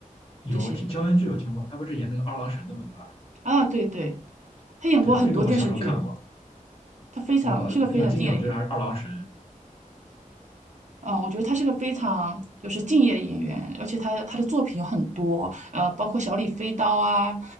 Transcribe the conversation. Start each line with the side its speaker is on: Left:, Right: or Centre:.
Left: 有听乔恩剧有听过，
Right: 这些
Left: 他不是演那个二郎神的嘛，对
Right: 啊，对对，
Left: 吧？
Right: 他演过很多电视剧，
Left: 对，这个我小时候看过。
Right: 他非常是个非常敬业的演员。
Left: 我比较经典，我觉得还是二郎神。
Right: 嗯，我觉得他是个非常就是敬业的演员，而且他他的作品有很多，呃，包括《小李飞刀》啊，